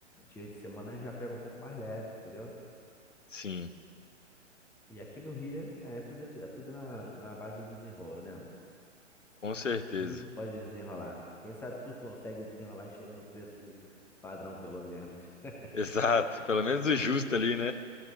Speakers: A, in the centre; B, on the left.
A: Dia de semana já pega um pouco mais leve, entendeu?
B: sim,
A: E aqui no Rio é, é tudo, é tudo na, na base do desenrolo, né, mano? <laughs>
B: com certeza.
A: Tudo tu pode desenrolar. Quem sabe tu consegue desenrolar e chega no preço padrão, pelo menos.
B: <laughs>
A: <laughs>
B: Exato, pelo menos o justo ali, né?